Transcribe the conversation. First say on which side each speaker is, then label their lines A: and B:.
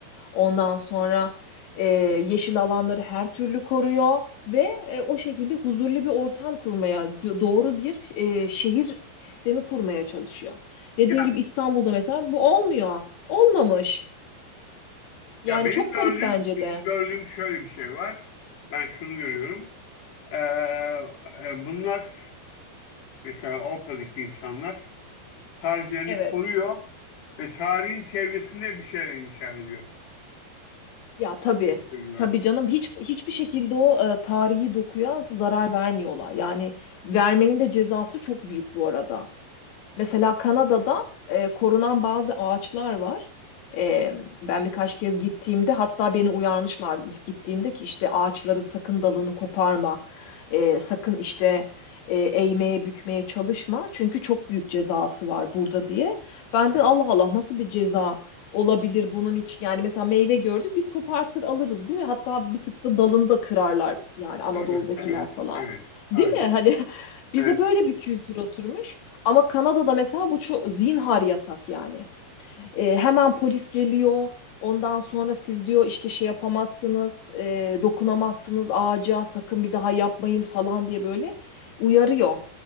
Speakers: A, on the left (about 80°); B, on the left (about 50°).
A: Ondan sonra e, yeşil alanları her türlü koruyor ve e, o şekilde huzurlu bir ortam kurmaya, do- doğru bir e, şehir sistemi kurmaya çalışıyor. Dediğin
B: Yani
A: gibi İstanbul'da mesela bu olmuyor. Olmamış. Yani
B: ya benim
A: çok
B: gördüğüm
A: garip bence
B: benim
A: de.
B: gördüğüm şöyle bir şey var. Ben şunu görüyorum. Ee, e, bunlar mesela Avrupa'daki insanlar tarihlerini
A: Evet.
B: koruyor ve tarihin çevresinde bir şeyler inşa ediyor.
A: Ya tabii.
B: gibi Görüyorum.
A: Tabii canım hiç hiçbir şekilde o e, tarihi dokuya zarar vermiyorlar. Yani vermenin de cezası çok büyük bu arada. Mesela Kanada'da e, korunan bazı ağaçlar var. E, ben birkaç kez gittiğimde hatta beni uyarmışlardı ilk gittiğimde ki işte ağaçların sakın dalını koparma, e, sakın işte e, eğmeye bükmeye çalışma çünkü çok büyük cezası var burada diye. Ben
B: Evet.
A: de Allah Allah nasıl bir ceza olabilir bunun için yani mesela meyve gördük biz kopartır alırız değil mi? Hatta bir tık da dalını da kırarlar yani Anadolu'dakiler
B: Tabii. Evet.
A: falan.
B: Evet. Aynen.
A: Değil mi? Hani <laughs> bize
B: Evet.
A: böyle bir kültür oturmuş. Ama Kanada'da mesela bu çok zinhar yasak yani. E, hemen polis geliyor. Ondan sonra siz diyor işte şey yapamazsınız, e, dokunamazsınız ağaca, sakın bir daha yapmayın falan diye böyle uyarıyor.